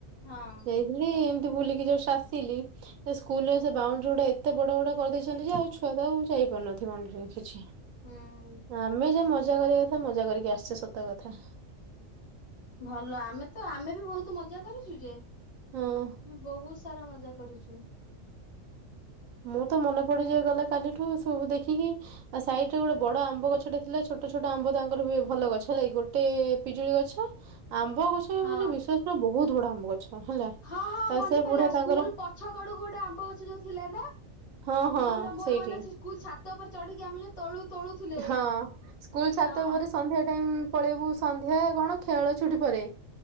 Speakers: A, on the left (about 45°); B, on the right (about 80°).
A: ହଁ।
B: ଯାଇଥିଲି ବୁଲିକି ଜଷ୍ଟ ଆସିଲି ସେ ସ୍କୁଲରେ ସେ ବାଉଣ୍ଡରୀ ଗୁଡା ଏତେ ବଡ ବଡ କରିଦେଇଚନ୍ତି ଯେ ଆଉ ଛୁଆ ତ ଆଉ ଯାଇପାରୁନଥିବେ ବାଉଣ୍ଡରୀରେ କିଛି।
A: ହୁଁ
B: ଆମେ ଯେ ମଜ ମଜା କରିବା କଥା ମଜା କରିକି ଆସେ ସ ସତ କଥା।
A: ଭଲ ଆମେ ତ ଆମେ ବି ବହୁତ ମଜା କରିଚୁ ଯେ। ଆମେ
B: ହଁ
A: ବହୁତ ସ ସାରା ମଜା କରୁଚୁ।
B: ମୁଁ ତ ମନେ ପଡି ଯାଏ ଗଲା କାଲିଠୁ ସବୁ ଦେଖିକି ଆ ସାଇଡ ଗୋଟେ ବଡ ଆମ୍ବ ଗଛଟେ ଥିଲା ଛୋଟ ଛୋଟ ଆମ୍ବ ତାଙ୍କର ହୁଏ ଭଲ ଗଛ ହେଲା ଗୋଟେ ପିଜୁଳି ଗଛ ଆମ୍ବ ଗଛ
A: ହଁ।
B: ମାନେ ବିଶ୍ୱାସ କର ବୋ ବହୁତ ବଡ଼ ଆମ୍ବ ଗଛ ହେଲା
A: ହଁ ହଁ
B: ତା
A: ମନେ
B: ସେ
A: ପଇଲା
B: ବୁଢା ତାଙ୍କର
A: ସ୍କୁଲ ପଛ କଡକୁ ଗୋଟେ ଆମ୍ବ ଗଛ ଯୋଉ ଥିଲେ ନା?
B: ହଁ ହଁ
A: ଭଲ ମୋର
B: ସେଇଠି।
A: ମନେ ଅଛି ସ୍କୁଲ ଛାତ ଉପରେ ଚଢିକି ଆମେ ତଳୁ ତୋଳୁଥିଲେ
B: ହଁ ସ୍କୁଲ ଛାତ
A: ହଁ।
B: ଉପରେ ସନ୍ଧ୍ୟା ଟାଇମ ପଳେଇବୁ ସନ୍ଧ୍ୟା କଣ ଖେଳ ଛୁଟି ପରେ